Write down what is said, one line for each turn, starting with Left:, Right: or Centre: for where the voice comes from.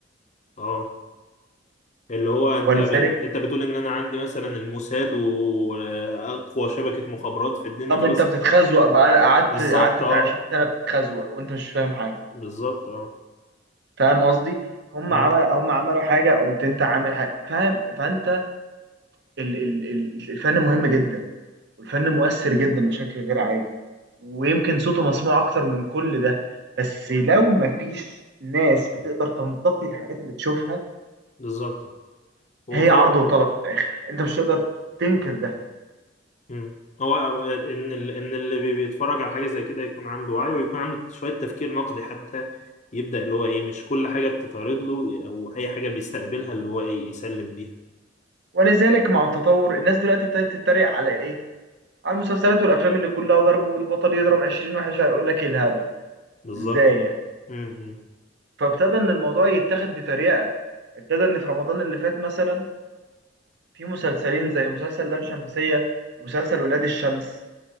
Left: اه اللي هو انت
Right: ولذلك
Left: ب... انت بتقول ان انا عندي مثلا الموساد واقوى شبكة مخابرات في الدنيا
Right: طب
Left: خلاص
Right: انت بتتخزوق بقى قعدت
Left: بالظبط
Right: قعدت
Left: اه
Right: بتاع 20 سنه بتتخزوق وانت مش فاهم حاجه
Left: بالظبط اه
Right: فاهم قصدي هم
Left: امم
Right: عمل هم عملوا حاجه قمت انت عامل حاجه فاهم فانت ال... ال... ال- الفن مهم جدا والفن مؤثر جدا بشكل غير عادي ويمكن صوته مسموع اكتر من كل ده بس لو ما فيش ناس بتقدر تنتقي الحاجات اللي تشوفها
Left: بالظبط اه هو
Right: هي
Left: خل...
Right: عرض وطلب في الاخر انت مش هتقدر تنكر ده
Left: امم هو ان ال... ان اللي بي- بيتفرج على حاجة زي كده يكون عنده وعي ويكون عنده شوية تفكير نقدي حتى يبدأ اللي هو ايه مش كل حاجة بتتعرض له او اي حاجة بيستقبلها اللي هو ايه يسلم بيها
Right: ولذلك مع التطور الناس دلوقتي ابتدت تتريق على ايه على المسلسلات والافلام اللي كلها ضرب والبطل يضرب 20 واحد هيقول لك ايه الهبل ده؟
Left: بالظبط
Right: ازاي
Left: اه
Right: يعني
Left: امم
Right: فابتدى ان الموضوع يتاخد بطريقه ابتدى ان في رمضان اللي فات مثلا في مسلسلين زي مسلسل لام شمسيه ومسلسل ولاد الشمس